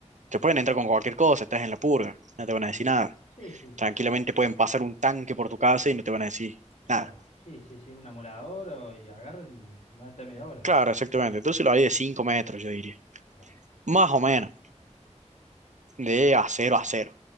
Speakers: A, on the right; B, on the left.
A: te pueden entrar con cualquier cosa, estás en la purga, no te van
B: sí.
A: a decir nada.
B: Sí, sí,
A: Tranquilamente pueden pasar un tanque por tu casa y no te van a decir
B: Claro,
A: nada.
B: sí, sí, sí, un amolador y agarran y mata media hora.
A: Claro, exactamente. Entonces
B: Pero
A: lo
B: sí,
A: haría de 5 metros, yo diría.
B: claro,
A: Más o menos, de acero a cero